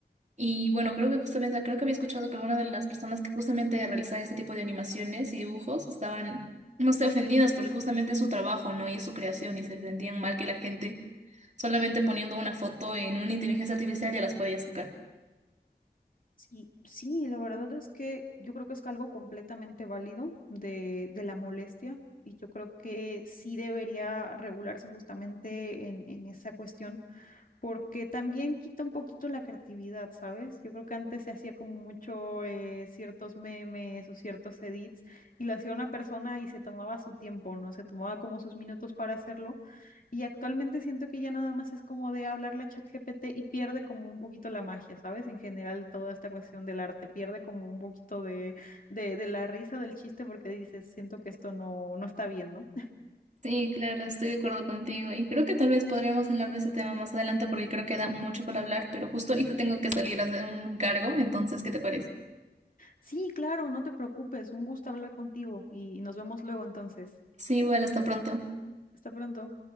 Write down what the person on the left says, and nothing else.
Sí, sí, la verdad es que yo creo que es algo completamente válido de, de la molestia y yo creo que sí debería regularse justamente en, en esa cuestión porque también quita un poquito la creatividad, ¿sabes? Yo creo que antes se hacía como mucho eh, ciertos memes o ciertos edits y lo hacía una persona y se tomaba su tiempo, ¿no? Se tomaba como sus minutos para hacerlo y actualmente siento que ya nada más es como de hablarle a ChatGPT y pierde como un poquito la magia, ¿sabes? En general toda esta cuestión del arte pierde como un poquito de, de, de la risa del chiste porque dices, siento que esto no, no está bien, ¿no?
Sí, claro, no te preocupes, un gusto hablar contigo y nos vemos luego entonces.
Hasta pronto.